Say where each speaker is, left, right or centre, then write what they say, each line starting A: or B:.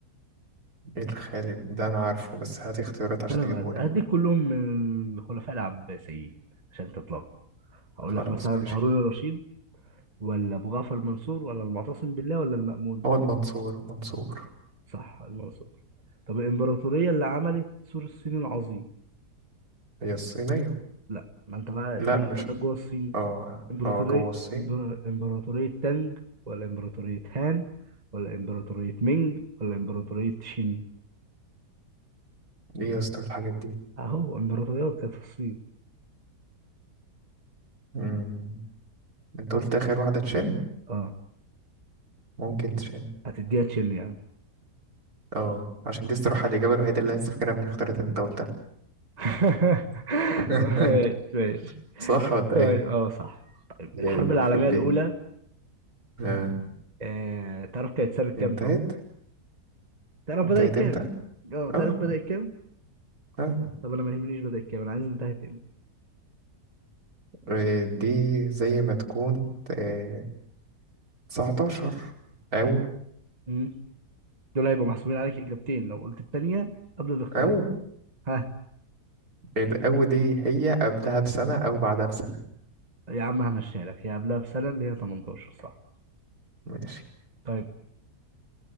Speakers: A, on the right; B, on the right.
A: الخالد ده انا عارفه بس هات اختيارات عشان
B: بنى
A: اجيبه
B: بغداد
A: لك
B: هديك
A: بقى
B: كلهم من الخلفاء العباسيين عشان تطلعوا هقول
A: خلاص
B: لك مثلا
A: ماشي
B: هارون الرشيد ولا ابو جعفر منصور ولا المعتصم بالله ولا المأمون
A: هو المنصور المنصور
B: صح المنصور طب الامبراطوريه اللي عملت سور الصين العظيم
A: هي الصينية
B: لا ما انت بقى
A: لا
B: في
A: مش
B: بقى جوه الصين
A: اه
B: امبراطوريه
A: اه جوه الصين
B: إمب- امبراطوريه تانج ولا امبراطوريه هان ولا امبراطوريه مينج ولا امبراطوريه شين
A: ايه يا اسطى الحاجات دي
B: اهو امبراطوريات كانت في الصين
A: مم، انت قلت اخر واحدة تشين
B: اه
A: ممكن تشين
B: هتديها تشين يعني
A: اه عشان دي الصراحة الإجابة الوحيدة اللي أنا فاكرها من الاختيارات اللي أنت قلتها
B: <laughs>
A: <laughs>
B: ماشي ماشي
A: صح ولا
B: طيب
A: ايه
B: اه صح طيب
A: يعني
B: الحرب العالميه
A: يخرب بيت
B: الاولى
A: آه.
B: آه تعرف كانت سنه كام
A: انتهت
B: تعرف
A: انتهت
B: بدأت كام؟
A: امتى
B: اه تعرف
A: اه
B: بدأت كام؟
A: اه
B: طب انا ما يهمنيش بدأت كام انا عايز انتهت امتى
A: آه، دي زي ما تكون آه. 19 او
B: امم دول هيبقوا محسوبين عليك اجابتين لو قلت التانية قبل الاختيارات
A: او
B: ها
A: الاو دي هي قبلها بسنة او بعدها بسنة
B: يا عم همشيها لك هي قبلها بسنة اللي هي 18 صح
A: ماشي
B: طيب